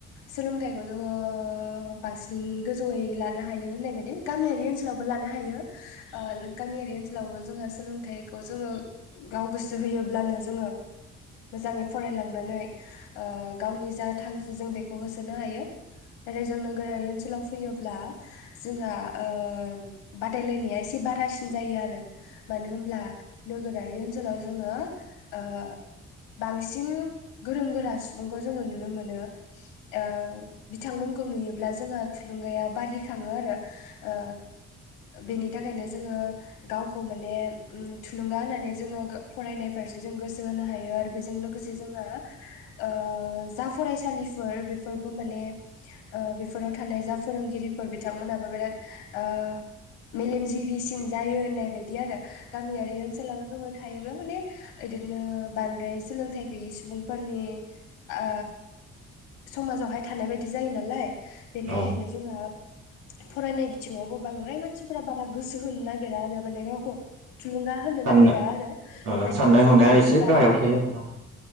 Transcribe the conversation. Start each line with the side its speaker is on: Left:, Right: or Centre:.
Left: सोलोंथाइखौ जोङो बांसिन गोजौयै लानो हायो होननायबाय गामियारि ओनसोलावबो लानो हा हायो। ओ गामियारि ओनसो लावबो जोंहा सोलोंथाइखौ जोङो गाव गोसो होयोब्लानो जोङो मोजाङै फरायलांनानै ओ गावनि जा थांखि जों बेखौ होसोनो हायो। नाथाय जों नोगोरारि ओनसोलाव फैयोब्ला जोंहा ओ बादायलायनाया एसे बारासिन जायो आरो मानो होमब्ला नोगोरारि ओनसोलाव जोङो ओ बांसिन गोरों गोरा सुबुंखौ जोङो नुनो मोनो। ओ बिथांमोनखौ नुयोब्ला जोंहा थुलुंगाया बारिखाङो आरो। ओ बेनि थाखायनो जोङो गावखौ माने उम थुलुंगा होनानै जोङो गो फरायनाय फारसे जों गोसो हायो आरो बेजों लोगोसे जोंहा ओ जा फरायसालिफोर बेफोरबो माने ओ बेफोराव थानाय जा फोरोंगिरिफोर बिथांमोनाबो बिराद ओ मेलेमजिबिसिन जायो होननाय बायदि आरो गामियारि ओनसोलाव जोबोद थायोब्ला माने बिदिनो बांद्राय सोलोंथाइ गैयै सुबुंफोरनि ओ समाजावहाय थानाय बायदि जायो नालाय। बेनि थाखायनो
Right: औ
Left: जोंहा फरायनाय बि थिङावबो बांद्राय मानसिफोरा बारा गोसो होनो नागेरा आरो माने गावखौ थुलुंगा होनो
Right: साननाय
Left: नागिरा आरो बेबायदिनो
Right: साननाय हनाया
Left: जाबा
Right: एसे
Left: जु
Right: गाहायाव थायो आरो ना?